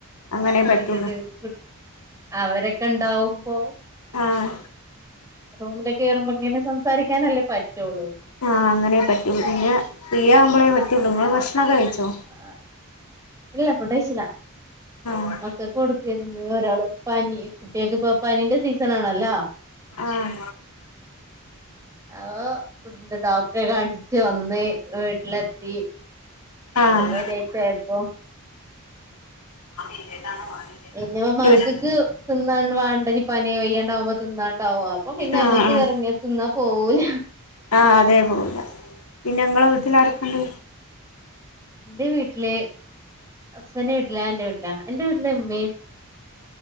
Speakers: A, on the left; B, on the right.
A: അങ്ങനെ
B: <unintelligible>
A: പറ്റുള്ളൂ
B: അവരൊക്കെ ഇണ്ടാവുമ്പോ
A: ആഹ്
B: റൂമിലൊക്കെ കേയറുമ്പോ ഇങ്ങനെ സംസാരിക്കാനല്ലേ പറ്റുള്ളൂ
A: ആഹ് അങ്ങനേ പറ്റുള്ളൂ പിന്നെ ഫ്രീ ആവുമ്പോളേ പറ്റുള്ളൂ ങ്ങൾ ഭക്ഷണംക്കെ കഴിച്ചോ
B: ആഹ് ഇല്ല ഫുഡ് കയ്ചില
A: ആഹ്
B: മക്കക്ക് കൊടുക്കേയിര്ന്ന് ഒരാള് പനി കുട്ടികൾക്ക് ഇപ്പൊ പനീന്റെ സീസൺ ആണല്ലോ
A: ആഹ്
B: അവ ഡോക്ടറെ കാണിച്ച് വന്ന് വീട്ടിലെത്തി
A: ആഹ്
B: സമ ലേറ്റയപ്പോ
A: <unintelligible>
B: പിന്ന മക്കൾക്ക്
A: വീട്ട്
B: തിന്നാ വേണ്ടകനി പനിയോ വയ്യാണ്ടാവുമ്പോ തിന്നാണ്ടാവും അപ്പൊ പിന്നെ
A: ആഹ്
B: അമ്മക്ക്
A: ആഹ്
B: ഇറങ്ങി തിന്നാ പോവൂല
A: ആഹ് അതേ പോവില്ല പിന്നെങളെ വീട്ടിലാരക്കെണ്ട്
B: ന്റെ വീട്ടില് ഹസബൻ്റവീട്ടിലാ ഞാൻ എന്റെ വീട്ടിലാ എന്റെ വീട്ടില് ഉമ്മയും